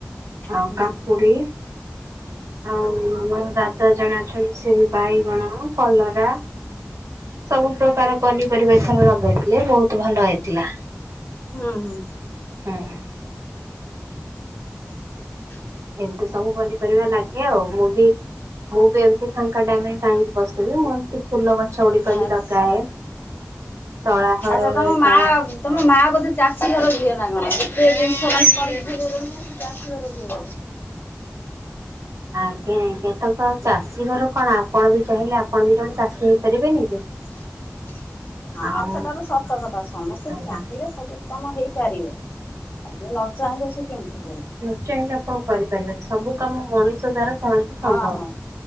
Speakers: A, on the right; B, on the left.
A: ଆଉ
B: ହୁଁ
A: କାକୁଡି। ଆଉ ଆମର ଦାଦା ଜଣେ ଅଛନ୍ତି ସେ ବି ବାଇଗଣ କଲରା ସବୁ ପ୍ରକାର ପନିପରିବା ଏଥର ଲଗେଇଥିଲେ ବହୁତୁ ଭଲ ହେଇଥିଲା।
B: ହୁଁ ହୁଁ।
A: ହୁଁ।
B: <inaudible>
A: ଏମିତି ସବୁ ପନିପରିବା ଲାଗେ ଆଉ ମୁଁ ବି ମୁଁ ବି ଏମିତି ଫାଙ୍କା ଟାଇମି ରେ କାହିଁକି ବସିବି ମୁଁ ଏମିତି ଫୁଲ ଗଛ ଗୁଡିକ
B: ଆଚ୍ଛା।
A: ବି ଲଗାଏ। ତଳା ହର
B: ଆଚ୍ଛା
A: ବେଳେ
B: ତମ ମା
A: ତଳା ଲଗାଏ।
B: ତମ ମା ବୋଧେ ଚାଷୀ ଘର ଝିଅ ନା କଣ ଏତେ ଜିନିଷ ମାନେ <unintelligible> ଚାଷୀ ଘର ଝିଅ।
A: ଆଜ୍ଞା ଆଜ୍ଞା ତାଙ୍କ ଚାଷୀ ଘର କଣ ଆପଣ ବି ଚାହିଁଲେ ଆପଣ ବି ଜଣେ ଚାଷୀ ହେଇପାରିବେନି।
B: <unintelligible> ହଁ
A: ଆଉ
B: ସେଟା ତ ସତ କଥା ସମସ୍ତେ
A: ଆଜ୍ଞା
B: ଚାହିଁଲେ ସବୁ କାମ ହେଇପାରିବେ। ଆଜ୍ଞା ନ ଚାହିଁଲେ ସେ କେମିତି ହେଇପାରିବ।
A: <unintelligible> କଣ କରିପାରିବେ ସବୁ କାମ ମଣିଷ ଦ୍ଵାରା <unintelligible> ସମ୍ଭବ
B: ହଁ ହଁ